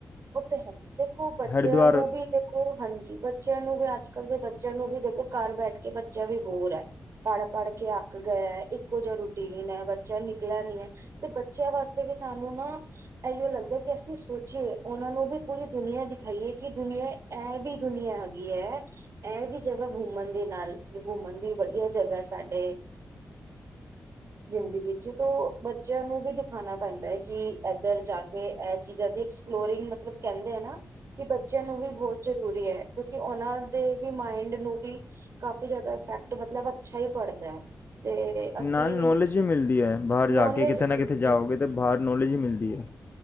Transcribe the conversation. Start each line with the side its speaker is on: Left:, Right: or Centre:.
Right: ਉੱਥ ਹੈ ਦੇਖੋ ਬੱਚਿਆਂ
Left: ਹਰਿਦੁਆਰ
Right: ਨੂੰ ਵੀ ਦੇਖੋ ਹਾਂਜੀ ਬੱਚਿਆਂ ਨੂੰ ਵੀ ਅੱਜ ਕ ਅੱਜ ਕਲ ਦੇ ਬੱਚਿਆਂ ਨੂੰ ਵੀ ਦੇਖੋ ਘਰ ਬੈਠ ਕੇ ਬੱਚਾ ਵੀ ਬੋਰ ਹੈ। ਪੜ੍ਹ ਪੜ੍ਹ ਕੇ ਅੱਕ ਗਿਆ ਇੱਕ ਕੁ ਜਾ ਰੂਟੀਨ ਹੈ ਬੱਚਾ ਨਿਕਲ ਨੀ ਹੈ ਤੇ ਬੱਚਿਆਂ ਵਾਸਤੇ ਵੀ ਸਾਨੂੰ ਨਾ ਆਇਓ ਲੱਗਦਾ ਕਿ ਅਸੀਂ ਸੋਚੀਏ! ਉਹਨਾਂ ਨੂੰ ਵੀ ਪੂਰੀ ਦੁਨੀਆਂ ਦਿਖਾਈ ਹ ਕਿ ਦੁਨੀਆ ਇਹ ਵੀ ਦੁਨੀਆ ਹੈਗੀ ਹ ਇਹ ਵੀ ਜਗਹਾ ਮੂਵਮੈਂਟ ਦੇ ਨਾਲ ਮੂਮਨ ਦੀ ਬੜੀਆਂ ਜਗ੍ਹਾ ਸਾਡੇ ਜ਼ਿੰਦਗੀ ਚ ਤੋ ਬੱਚਿਆਂ ਨੂੰ ਵੀ ਦਿਖਾਣਾ ਪੈਂਦਾ ਕਿ ਇਧਰ ਜਾ ਕੇ ਚੀਜਾ ਵਿੱਚ ਫਲੋਰਿੰਗ ਮਤਲਬ ਕਹਿੰਦੇ ਆ ਨਾ ਕਿ ਬੱਚਿਆਂ ਨੂੰ ਵੀ ਬਹੁਤ ਜ਼ਰੂਰੀ ਹੈ। ਕਿਉਕਿ ਉਹਨਾ ਦੇ ਵੀ ਮਾਇੰਡ ਨੂੰ ਵੀ ਕਾਫੀ ਜਿਆਦਾ ਇਫੈਕਟ ਮਤਲਬ ਅੱਛਾ ਹੀ ਪੜਦਾ ਹੈ। ਤੇ ਅਸੀਂ
Left: ਨਾਲ ਨੌਲੇਜ ਹੀ ਮਿਲਦੀ ਹੈ ਬਾਹਰ ਜਾ
Right: ਨੌਲੇਜ
Left: ਕੇ ਕਿਤੇ ਨਾ
Right: ਵੀ
Left: ਕਿਤੇ ਜਾਓਗੇ
Right: ਜੀ
Left: ਤਾਂ ਬਾਹਰ ਨੌਲੇਜ ਹੀ ਮਿਲਦੀ ਹੈ।